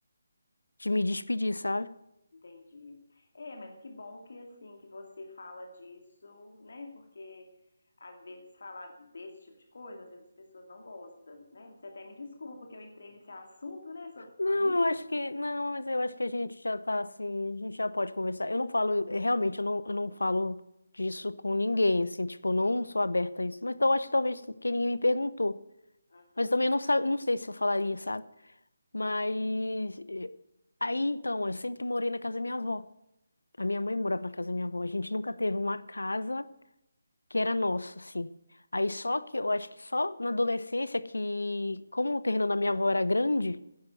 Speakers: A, on the left; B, on the left.
A: de me despedir, sabe?
B: Entendi. É, mas que bom que assim que você fala disso, né? Porque às vezes falar desse tipo de coisa, às vezes as pessoas não gostam, né? Você até me desculpa porque eu entrei nesse assunto, né, sobre
A: Não,
B: família.
A: eu acho que, não, mas eu acho que a gente já tá assim, a gente já pode conversar. Eu não falo, realmente, eu não, eu não falo disso com ninguém, assim, tipo, eu não sou aberta a isso. Mas então, eu acho que talvez porque ninguém me perguntou.
B: Aham,
A: Mas também eu não, sa- não sei se eu falaria, sabe? Mas
B: entendi.
A: eh, aí então, eu sempre morei na casa da minha avó. A minha mãe morava na casa da minha avó. A gente nunca teve uma casa que era nossa, assim. Aí só que eu acho que só na adolescência que, como o terreno da minha avó era grande,